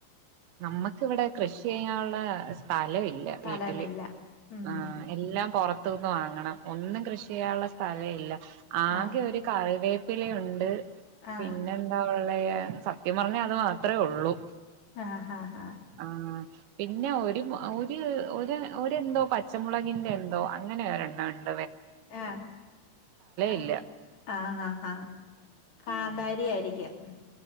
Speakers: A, on the right; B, on the left.
A: നമ്മക്ക് ഇവിടെ കൃഷിയ്യാനുള്ള സ്ഥലവില്യാ
B: സ്ഥലമില്ല
A: വീട്ടില്
B: ഉം
A: ആ എല്ലാം പുറത്ത് ന്ന് വാങ്ങണം ഒന്നും കൃഷിയ്യാള്ള സ്ഥലം ഇല്ല ആകെ
B: ആ
A: ഒരു കറിവേ പ്പിലയുണ്ട്
B: ആ
A: പിന്നെ എന്താ ഉ സത്യം പറഞ്ഞാ അത് മാത്രെ ഒള്ളൂ
B: ആഹ് ഹാ ഹാ
A: ആഹ് പിന്നെ ഒരു ഒര് ഒര ഒരന്തോ പച്ചമുളകിന്റെന്തോ അങ്ങനെ ഒരണ്ണണ്ട്
B: ഏ ഏ
A: ഇല്ല
B: ആ അ ആ കാന്താരിയായിരിക്കും